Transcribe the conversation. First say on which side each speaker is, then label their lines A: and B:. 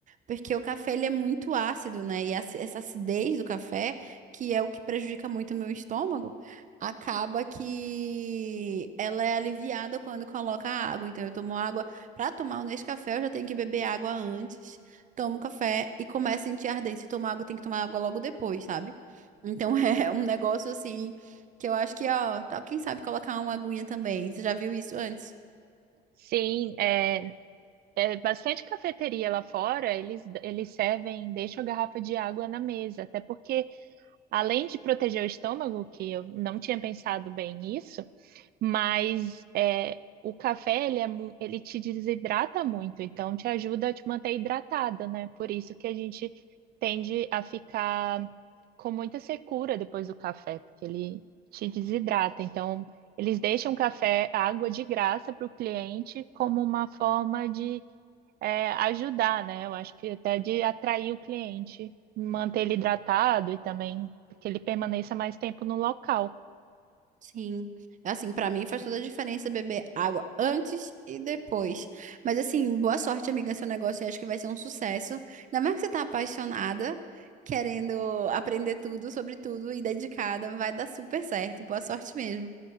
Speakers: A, on the right; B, on the right.
A: Porque o café ele é muito ácido, né? E aci- essa acidez do café, que é o que prejudica muito o meu estômago, acaba que ela é aliviada quando coloca água. Então eu tomo água. Para tomar o Nescafé, eu já tenho que beber água antes. Tomo café e começo a sentir ardência. Se tomar água, tem que tomar água logo depois, sabe? Então <laughs> é um negócio assim que eu acho que, ó, tá, quem sabe colocar uma aguinha também. Você já viu isso antes?
B: Sim, é, é bastante cafeteria lá fora, eles, eles servem, deixam a garrafa de água na mesa, até porque, além de proteger o estômago, que eu não tinha pensado bem nisso, Mas é, o café, ele, é, mu- ele te desidrata muito, então te ajuda a te manter hidratada, né? Por isso que a gente tende a ficar com muita secura depois do café, porque ele te desidrata. Então, eles deixam o café, a água de graça para o cliente como uma forma de é, ajudar, né? Eu acho que até de atrair o cliente, manter ele hidratado e também que ele permaneça mais tempo no local.
A: Sim, assim, pra mim faz toda a diferença beber água antes e depois. Mas assim, boa sorte, amiga, seu negócio, eu acho que vai ser um sucesso. Ainda mais que você tá apaixonada, querendo aprender tudo sobre tudo e dedicada, vai dar super certo. Boa sorte mesmo.